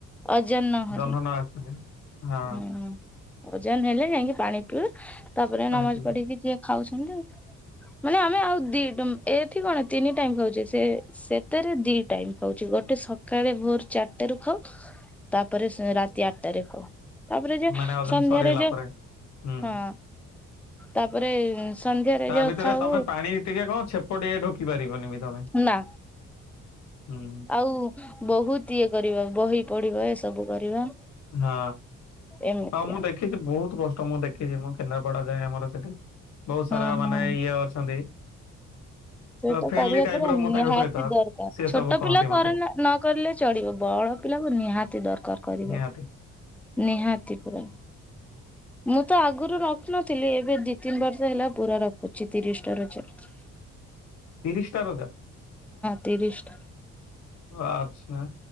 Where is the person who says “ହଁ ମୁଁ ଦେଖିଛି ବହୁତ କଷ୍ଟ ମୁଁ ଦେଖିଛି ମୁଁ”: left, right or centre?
Left